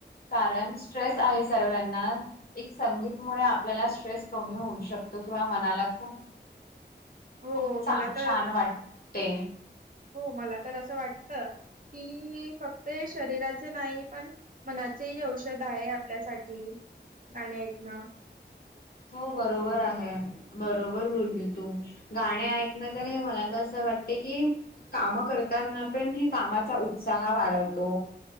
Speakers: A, on the left (about 55°); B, on the right (about 50°).
A: कारण स्ट्रेस आहे सरवेना एक संगीत मुळे आपल्याला ट्रेस कमी होऊ शकतो किंवा मनाला खूप
B: हो
A: खूप चां
B: मला तर
A: छान वाटते.
B: हो मला तर असं वाटत की फत ते शरीराचे नाही पण मनाचे ही औषध आहे, आपल्यासाठी गाणी ऐक न
A: हो बरोबर आहे. बरोबर बोलली तू गाणी ऐकण तर हे मला तर असं वाटते की काम कर ताना पण हे कामाचा उत्साह वाढवतो.